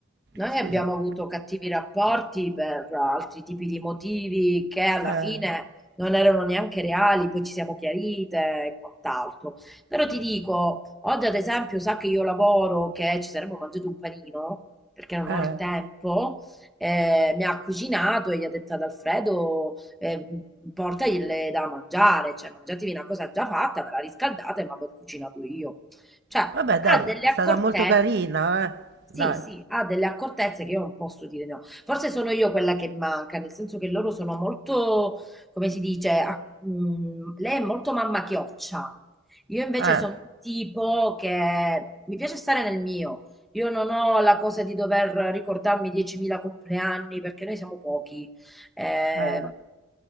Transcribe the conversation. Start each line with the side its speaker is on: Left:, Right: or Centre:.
Centre: noi
Right: scusa.
Centre: abbiamo avuto cattivi rapporti per altri tipi di motivi che alla
Right: Eh,
Centre: fine non erano neanche reali, poi ci siamo chiarite e quant'altro. Però ti dico, oggi ad esempio sa che io lavoro, che ci saremmo mangiati un panino, perché non
Right: eh.
Centre: ho il tempo, eh, mi ha cucinato e gli ha detto ad Alfredo eh, portagli da mangiare, cioè mangiatevi una cosa già fatta, ve la riscaldate, ma ve l'ho cucinato io. Cioè, ha
Right: Vabbè, dai,
Centre: delle
Right: è
Centre: accortezze.
Right: stata molto carina, eh. Dai.
Centre: Sì, sì, ha delle accortezze che io non posso dire no. Forse sono io quella che manca, nel senso che loro sono molto, come si dice, a- mm, lei è molto mamma chioccia. Io invece
Right: Eh,
Centre: sono un tipo che mi piace stare nel mio. Io non ho la cosa di dover ricordarmi 10.000 compleanni perché noi siamo pochi. Eh,
Right: eh.